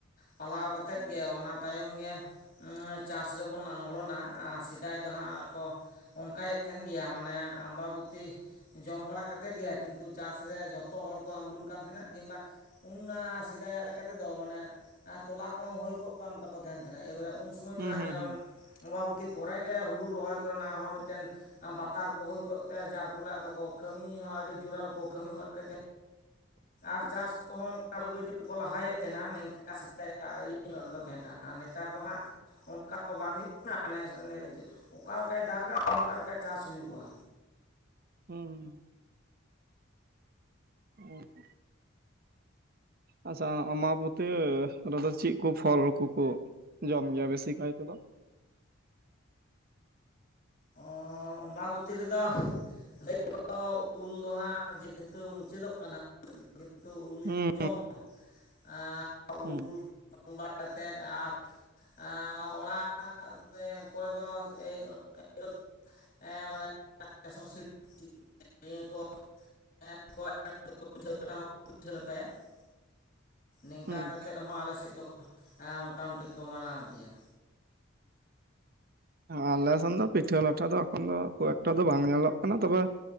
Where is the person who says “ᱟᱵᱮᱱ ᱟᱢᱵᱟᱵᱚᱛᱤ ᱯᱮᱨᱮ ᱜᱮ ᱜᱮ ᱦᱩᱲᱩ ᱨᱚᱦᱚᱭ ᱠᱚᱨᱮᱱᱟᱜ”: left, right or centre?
Left